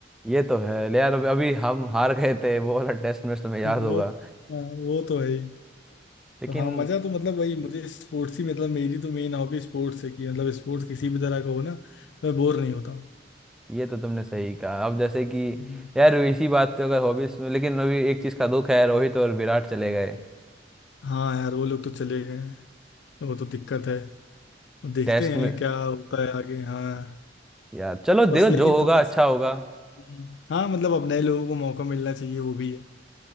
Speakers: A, in the centre; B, on the left (about 75°).
A: ये तो है ले यार अभी अभी हम हार गए थे वो वाला टेस्ट मैच तुम्हें याद
B: है <laughs> वो
A: होगा
B: हाँ, वो तो है ही
A: लेकिन
B: तो हाँ मजा तो मतलब वही मुझे स्पोर्ट्स ही मतलब मेरी तो मेन हॉबी स्पोर्ट्स है कि मतलब स्पोर्ट्स किसी भी तरह का हो ना तो मैं बोर नहीं होता हूँ
A: ये तो तुमने सही कहा अब जैसे कि
B: हम्म।
A: यार इसी बात पे अगर हॉबीज में लेकिन अभी एक चीज का दुख है रोहित और विराट चले गए
B: हाँ यार वो लोग तो चले गए हैं वो तो दिक्कत है देखते
A: टेस्ट
B: हैं
A: में
B: क्या होता है आगे हाँ
A: यार चलो
B: बस
A: देखो
B: लेकिन
A: जो होगा
B: थोड़ा
A: अच्छा
B: सा
A: होगा
B: हम्म, हाँ मतलब अब नए लोगों को मौका मिलना चाहिए वो भी है